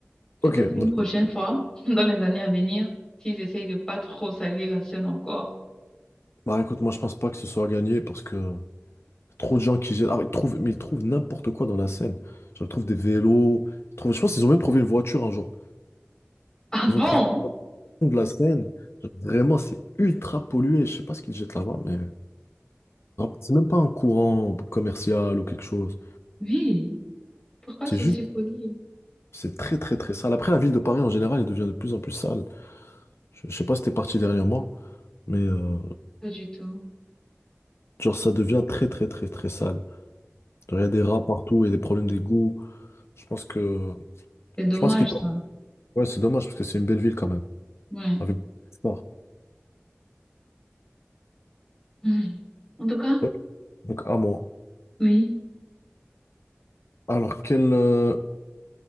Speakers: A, on the left (about 15°); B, on the left (about 70°).
A: peut-être
B: Ok,
A: une
B: donc,
A: prochaine fois, <laughs> dans les années à venir, s'ils essayent de pas trop salir la scène encore.
B: bah écoute, moi je pense pas que ce soit gagné parce que trop de gens qui jettent. Ah, ils trouvent, mais ils trouvent n'importe quoi dans la Seine. Genre, ils trouvent des vélos. ils trouvent- Je pense qu'ils ont même trouvé une voiture un jour.
A: Ah
B: Ils
A: bon?
B: ont trouvé au fond de la Seine. Genre, vraiment, c'est ultra pollué. Je sais pas ce qu'ils jettent là-bas, mais c'est même pas un courant commercial ou quelque chose.
A: Oui, pourquoi
B: C'est
A: c'est
B: juste,
A: aussi poli?
B: c'est très très très sale. Après, la ville de Paris en général, elle devient de plus en plus sale. Je, je sais pas si t'es parti dernièrement, mais euh,
A: Pas du tout.
B: genre, ça devient très très très très sale. Il y a des rats partout et des problèmes d'égouts. Je pense que.
A: C'est dommage,
B: Je pense qu'il doit.
A: ça.
B: Ouais, c'est dommage parce que c'est une belle ville quand même.
A: Ouais.
B: Avec beaucoup d'espoir.
A: Mm. En tout cas,
B: Ouais. Donc, à moi.
A: oui.
B: Alors, quel. euh,